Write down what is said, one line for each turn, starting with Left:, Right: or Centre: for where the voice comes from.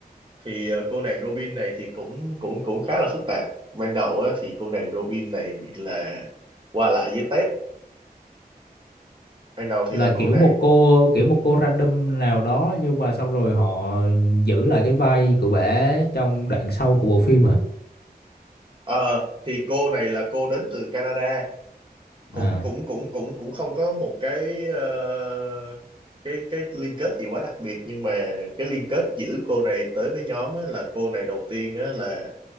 Right: thì ờ, cô nàng Robin này thì cũng cũng cũng khá là phức tạp ban đầu á, thì cô nàng Robin này là qua lại với Ted ban đầu thì
Left: Là
Right: là
Left: kiểu
Right: cô nàng
Left: một cô kiểu một cô random nào đó nhưng mà xong rồi họ giữ lại cái vai của bả trong đoạn sau của bộ phim hả?
Right: ờ, thì cô này là cô đến từ Canada cũng
Left: À
Right: cũng cũng cũng cũng không có một cái ờ, cái cái liên kết gì quá đặc biệt nhưng mà cái liên kết giữa cô này tới với nhóm á, là cô này đầu tiên á, là